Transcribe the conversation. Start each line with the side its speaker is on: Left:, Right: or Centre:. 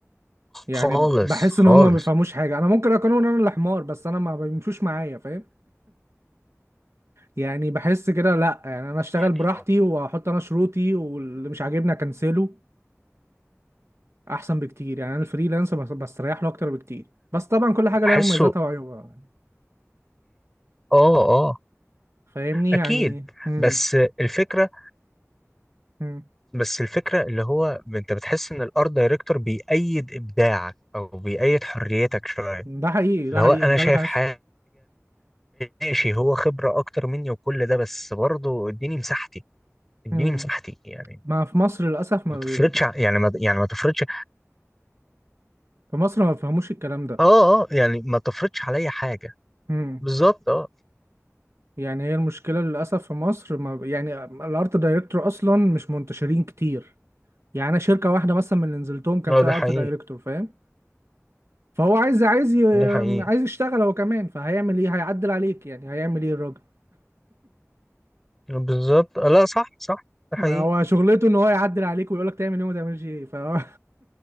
Right: يعني
Centre: خالص
Right: بحس ان
Centre: خالص
Right: هم ما بيفهموش حاجه انا ممكن اكون انا اللي حمار بس انا ما بيمشوش معايا فاهم يعني بحس كده لا يعني انا اشتغل
Centre: يعني
Right: براحتي واحط انا شروطي واللي مش عاجبني اكنسله احسن بكتير يعني انا الفريلانس بس- بستريح له اكتر بكتير بس طبعا كل حاجه
Centre: بحسه
Right: ليها مميزاتها وعيوبها
Centre: اه اه
Right: فاهمني
Centre: اكيد
Right: يعني امم
Centre: بس الفكرة
Right: امم
Centre: بس الفكرة اللي هو انت بتحس ان الارت دايركتور بيأيد ابداعك او بيأيد حريتك شوية
Right: ده حقيقي
Centre: اللي
Right: ده
Centre: هو
Right: حقيقي
Centre: انا
Right: ده
Centre: شايف
Right: اللي بحسه
Centre: حاجة ماشي هو خبرة أكتر مني وكل ده بس برضه اديني مساحتي اديني
Right: امم
Centre: مساحتي يعني
Right: ما في مصر للاسف ما
Centre: ما تفرضش
Right: بي...
Centre: ع- يعني ما يعني ما تفرضش
Right: في مصر ما بيفهموش الكلام ده
Centre: اه اه يعني ما تفرضش عليا حاجة
Right: إمم.
Centre: بالظبط اه
Right: يعني هي المشكلة للأسف في مصر ما يعني الارت دايركتور أصلا مش منتشرين كتير يعني أنا شركة واحدة مثلا من اللي نزلتهم كان
Centre: اه
Right: فيها
Centre: ده حقيقي
Right: ارت دايركتور فاهم فهو عايز عايز ي...
Centre: ده حقيقي
Right: عايز يشتغل هو كمان فهيعمل ايه هيعدل عليك يعني هيعمل ايه الراجل
Centre: بالظبط آه، لا صح صح ده حقيقي
Right: هو شغلته ان هو يعدل عليك ويقول لك تعمل ايه وما تعملش ايه فهو